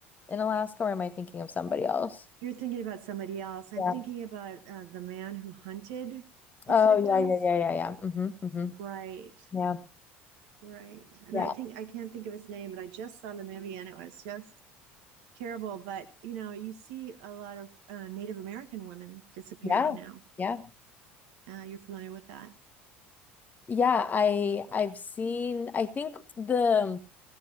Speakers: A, on the left; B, on the right.
A: in Alaska, or am I thinking of somebody else?
B: you're thinking about somebody else i'm
A: Yeah.
B: thinking about uh, the man who hunted his
A: Oh,
B: victims
A: yeah, yeah, yeah, yeah, yeah. Mm-hmm, mm-hmm.
B: right
A: Yeah.
B: right and
A: Yeah.
B: i think i can't think of his name but i just saw the movie and it was just terrible. But you know, you see a lot of uh, Native American women disappearing
A: Yeah.
B: now.
A: Yeah.
B: Uh, you're familiar with that,
A: Yeah, I I've seen I think the